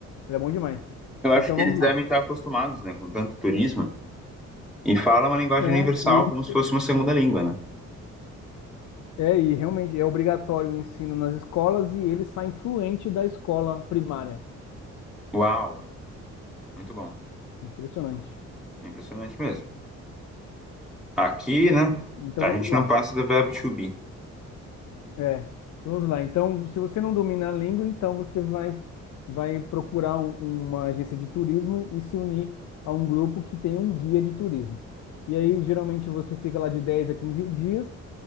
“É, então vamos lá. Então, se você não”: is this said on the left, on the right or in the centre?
Left